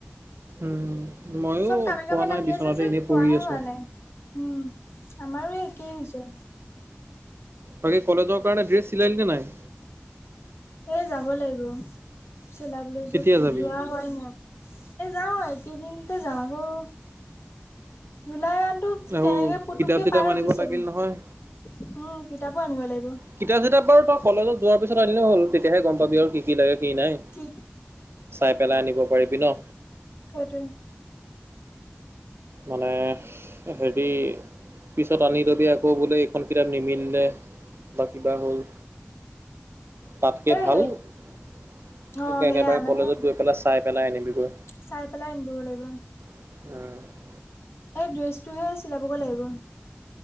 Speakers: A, on the right (about 75°); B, on the left (about 75°).
A: উম, মইও
B: চব কামে
A: খোৱা
B: কামে লাগি
A: নাই, বিচনাতে
B: আছে যে
A: এনেই
B: খোৱাহে
A: পৰি আছোঁ।
B: হোৱা নাই উম, আমাৰো একেই হৈছে।
A: বাকী কলেজৰ কাৰণে ড্ৰেছ চিলালি নে নাই?
B: এই যাব লাগিব। চিলাবলৈ য-যোৱা
A: কেতিয়া যাবি
B: হোৱাই নাই, এ যাও কেইদিনতে যাম বও জুলাই
A: আৰু
B: কেনেকে পুতুককে
A: কিতাপ চিতাপ
B: পাৰ হৈ
A: আনিব
B: গুচি যাব।
A: লাগিল
B: উম,
A: নহয়।
B: কিতাপো আনিব লাগিব।
A: কিতাপ চিতাপ বাৰু তই কলেজত যোৱাৰ পিছত আনিলেই হ'ল, তেতিয়াহে গম পাবি আৰু। কি, কি লাগে কি নাই
B: কি
A: চাই পেলাই আনিব পাৰিবি ন?
B: সেইটোৱেই।
A: মানে হেৰি পিছত আনি লবি আকৌ বোলে এখন কিতাপ নিমিলিলে বা কিবা হ'ল। তাতকে
B: এ
A: ভাল
B: সেই
A: একেবাৰে
B: অ সেয়া মানে
A: কলেজত গৈ পেলাই চাই পেলাই আনিবিগৈ।
B: চাই পেলাই আনিবগৈ লাগিব।
A: উম।
B: এই ড্ৰেছটোহে চিলাবগৈ লাগিব।